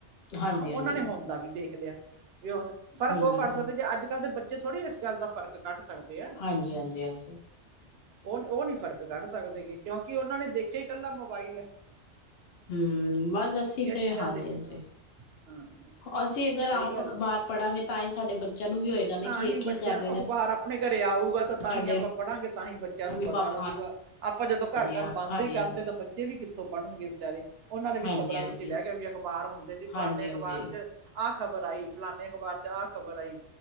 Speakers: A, on the left; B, on the right.
A: ਹਾਂਜੀ
B: ਉਹਨਾਂ
A: ਹਾਂਜੀ ਹਾਂਜੀ
B: ਨੇ ਹੋਂਦਾ ਵੀ ਦੇੇਖ ਲਿਆ ਵੀ ਉ ਫਰਕ
A: ਹਮ
B: ਉਹ ਕਢ ਸਕਦੇ ਜੇ ਅੱਜ-ਕੱਲ ਦੇ ਬੱਚੇ ਥੋੜੀ ਇਸ ਗੱਲ ਦਾ ਫਰਕ ਕੱਢ ਸਕਦੇ ਆ।
A: ਹਾਂਜੀ-ਹਾਂਜੀ-ਹਾਂਜੀ।
B: ਉਹ-ਉਹ ਨੀ ਫ਼ਰਕ ਕੱਢ ਸਕਦੇ ਕਿ ਕਿਉਂਕਿ ਉਹਨਾਂ ਨੇ ਦੇਖਿਆ ਈ ਕੱਲਾ ਮੋਬਾਈਲ ਐ।
A: ਹੂੰ ਬਸ ਅਸੀਂ ਤੇ
B: ਚੀਜ਼ਾਂ
A: ਹਾਂਜੀ-ਹਾਂਜੀ।
B: ਦੇ ਹਾਂ ਹਾਂ
A: ਅਸੀਂ ਅਗਰ
B: ਸਹੀ
A: ਆਪ
B: ਗੱਲ
A: ਅਖ਼ਬਾਰ ਪੜਾਂਗੇ ਤਾਂ ਈ ਸਾਡੇ ਬੱਚਿਆਂ ਨੂੰ ਵੀ ਨਾ
B: ਤਾਂ
A: ਕਿ
B: ਹੀ
A: ਇਹ ਕੀ
B: ਬੱਚਿਆਂ
A: ਕਰ
B: ਨੂੰ
A: ਰਹੇ ਨੇ
B: ਅਖ਼ਬਾਰ ਆਪਣੇ ਘਰੇ ਆਊਗਾ ਤਾਂ-ਤਾਂ
A: ਸਾਡੇ
B: ਹੀ ਆਪਾਂ ਪੜਾਂਗੇ ਤਾਂ ਹੀ ਬੱਚਿਆਂ
A: ਮੰਮੀ
B: ਨੂੰ ਪਤਾ
A: ਪਾਪਾ
B: ਲੱਗੂਗਾ। ਆਪਾਂ ਜਦੋਂ ਘਰ-ਘਰ
A: ਜੀ ਹਾਂ
B: ਬੰਦ
A: ਹਾਂਜੀ
B: ਈ ਕਰਤੇ
A: ਹਾਂਜੀ
B: ਤਾਂ ਬੱਚੇ ਵੀ ਕਿੱਥੋਂ ਪੜ੍ਹਨਗੇ ਵਿਚਾਰੇ। ਓਨਾਂ ਦੇ ਵੀ
A: ਹਾਂਜੀ
B: ਖ਼ਬਰਾਂ
A: ਹਾਂਜੀ
B: ਵਿੱਚ ਹੀ ਰਹਿ ਗੇ ਵੀ ਅਖ਼ਬਾਰ ਹੁੰਦੇ ਸੀ, ਫਲਾਨੇ
A: ਹਾਂਜੀ
B: ਅਖ਼ਬਾਰ
A: ਹਾਂਜੀ
B: ਚ ਆਹ ਖ਼ਬਰ ਆਈ ਫਲਾਨੇ ਅਖ਼ਬਾਰ 'ਚ ਆਹ ਖ਼ਬਰ ਆਈ।